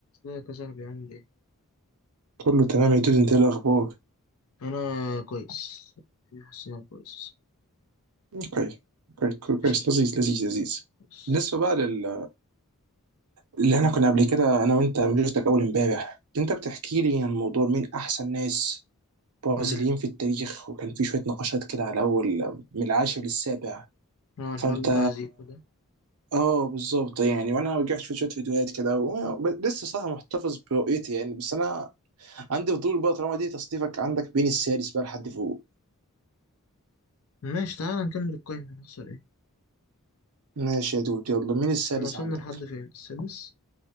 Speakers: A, on the left; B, on the right.
A: ازيك يا صاحبي عامل ايه؟
B: كله تمام يا دود انت ايه الاخبار
A: انا كويس انا حاسس ان انا كويس
B: اوكي كويس كويس
A: ماشي ده
B: لذيذ لذيذ لذيذ
A: كويس
B: بالنسبه بقى لل... اللي احنا كنا قبل كده انا وانت لما شفتك اول امبارح انت بتحكي لي عن موضوع مين احسن ناس برازيليين
A: امم
B: في التاريخ وكان في شويه نقاشات كده على اول من العاشر للسابع
A: هو الحوار
B: فانت
A: بتاع زيكو ده
B: اه بالظبط يعني وانا رجعت شفت شويه فيديوهات كده و... ب- لسه صح محتفظ برؤيتي يعني بس انا عندي فضول بقى طالما دي تصنيفك عندك بين السادس بقى لحد فوق
A: ماشي تعالى نكمل القايمة هنخسر ايه؟
B: ماشي يا دود يلا مين السادس
A: كنا وصلنا
B: عندك
A: لحد فين؟ السادس؟